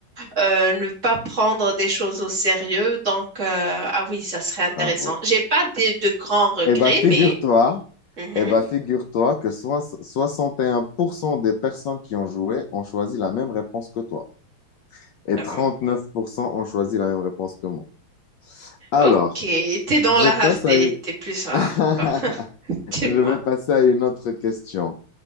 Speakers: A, on the right (about 35°); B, on the left (about 70°).
A: euh, ne pas prendre des choses au sérieux. Donc, euh, ah oui, ça serait intéressant.
B: Bravo.
A: J'ai pas de, de grands regrets,
B: Eh bien, figure-toi,
A: mais mhm.
B: eh ben, figure-toi que soix- soixante et un pour cent des personnes qui ont joué ont choisi la même réponse que toi et
A: Euh,
B: 39% ont choisi la même réponse que moi. Alors,
A: ok, t'es dans
B: je
A: la
B: passe
A: rareté,
B: à une-
A: t'es plus rare,
B: <laughs>
A: quoi. <laughs> Dis-moi.
B: je vais passer à une autre question.